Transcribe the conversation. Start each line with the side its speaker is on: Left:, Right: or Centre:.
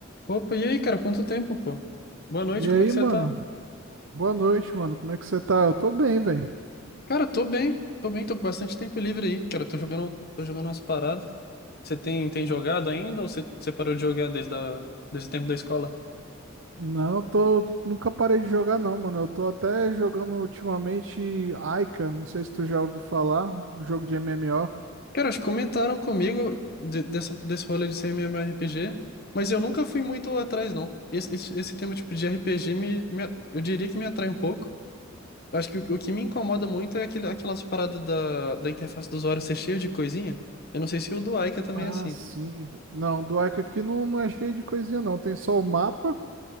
Left: Opa, e aí, cara? Quanto tempo, pô? Boa noite,
Right: E
Left: como
Right: aí,
Left: é que você
Right: mano?
Left: tá?
Right: Boa noite, mano. Como é que você tá? Eu tô bem, velho.
Left: Cara, tô bem, tô bem, tô com bastante tempo livre aí, cara. Tô jogando, tô jogando umas paradas. Você tem, tem jogado ainda ou você, você parou de jogar desde, a, desde o tempo da escola?
Right: Não, eu tô. Nunca parei de jogar, não, mano. Eu tô até jogando ultimamente Aika. Não sei se tu já ouviu falar. Um jogo de MMO.
Left: Cara, acho que comentaram comigo de- dessa, desse rolê de ser MMORPG, mas eu nunca fui muito atrás, não. Esse, esse, esse tema tipo de RPG me, me- eu diria que me atrai um pouco. Eu Acho que o, o que me incomoda muito é aquele, aquelas paradas da, da interface do usuário ser cheio de coisinha. Eu não sei se o do Aika também
Right: Ah,
Left: é assim.
Right: sim. Não, do Ica aqui não, não é cheio de coisinha, não. Tem só o mapa,